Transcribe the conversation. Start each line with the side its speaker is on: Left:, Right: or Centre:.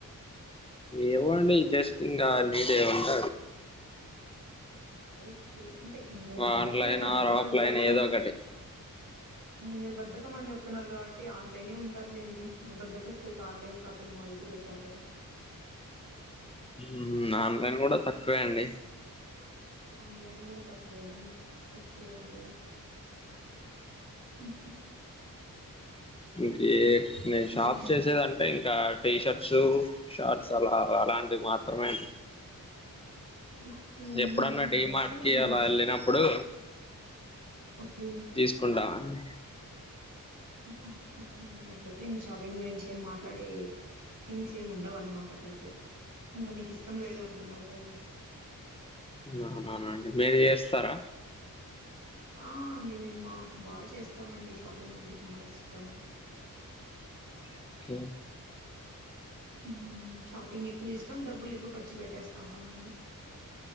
Left: ఏవో అండి జస్ట్ ఇకా నీడేవంట
Right: ఓకే అంటే మీరు బద్దకమని
Left: ఆన్లైన్
Right: చెప్తున్నారు
Left: ఆర్ ఆఫ్లైన్
Right: కదా
Left: ఏదో ఒకటి
Right: ఇంక మీరు బద్దకమని చెప్తున్నారు కాబట్టి ఆన్లైనే ఉంటదిలేండి, ఇక బద్దకస్తులకి ఆన్లైన్ షాపింగ్ మాల్సే బె అంటారు కదా
Left: ఉ ఆన్లైన్ కూడా తక్కువే అండి
Right: ఆన్లైన్ కూడా తక్కువేనా ఓకే అండి ఉహు
Left: ఇంకి నేను
Right: ఓకే
Left: షాప్
Right: అండి
Left: చేసేదింటే ఇంకా టీ షర్ట్ సు షర్ట్స్ ఆలా అలాంటివి మాత్రమే
Right: ఓకే అండి
Left: ఎప్పుడన్నా
Right: అలా
Left: డిమాార్టికి
Right: అయితే ఇంకా
Left: అలా వెళ్ళినప్పుడు
Right: ఓకే
Left: తీసుకుంటామండి
Right: ఉహు ఓకే అండి అట్లయితే ఇంగ్ షాపింగ్ గురించి ఏం మాట్లాడే థింగ్స్ ఏమి ఉండవనుమాట అట్లాయితే ఇంకా మీకు ఇష్టం లేదు అంటున్నారు కదా.
Left: ఆహాహా అండి మీరు చేస్తారా
Right: ఆ అండి మేము బా బాగా చేస్తామండి షాపింగ్ అంటే చానా ఇష్టం.
Left: ఓకే
Right: ఉమ్ షాపింగ్ ఎక్కువ ఇష్టం డబ్బులు ఎక్కువ ఖర్చు పెట్టేస్తాంటాం మేము.